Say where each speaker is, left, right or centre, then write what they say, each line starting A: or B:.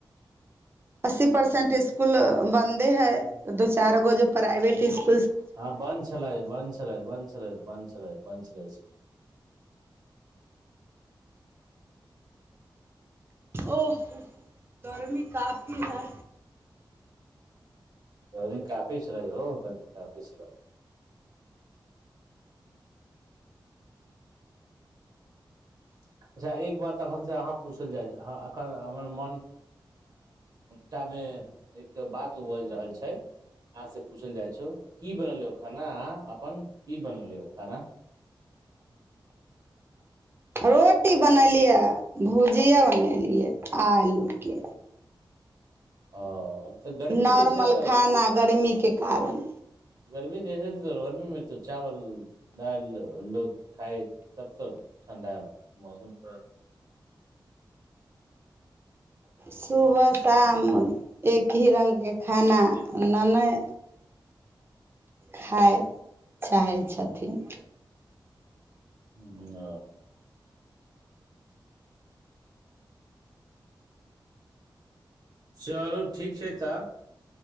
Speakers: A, on the right (about 30°); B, on the right (about 55°).
A: अस्सी परसेंट स्कुल बंन्दे है दू चार गो जो प्राइवेट स्कूल
B: हँ बन्द छलय बन्द छलय बन्द छल बन्द छल बन्द छल
A: ओ गर्मी काफी है
B: रही कात पच रहय पस रहय अच्छा एक बात एखन से अहाँ पूछल जाय एखन हमर मोन तमे एक बात बाज रहल छै अहाँ पूछल जाइ क बनल खाना आ अपन क बनल खाना
A: रोटी बनेलियै भुजिया बनेलियै आलूके
B: ओ तऽ गर्मी
A: नॉर्मल
B: जे छै तऽ
A: खाना गर्मीके कारण
B: गर्मी जैसे गर्मी मे तो चावल दाल लोग खाइ तब तऽ ठण्डा मौसम पर
A: सुबह शाम एक अी रंगके खाना लेनेय खाइ चाहय छथिन
B: ह ह चलू ठीक छै तऽ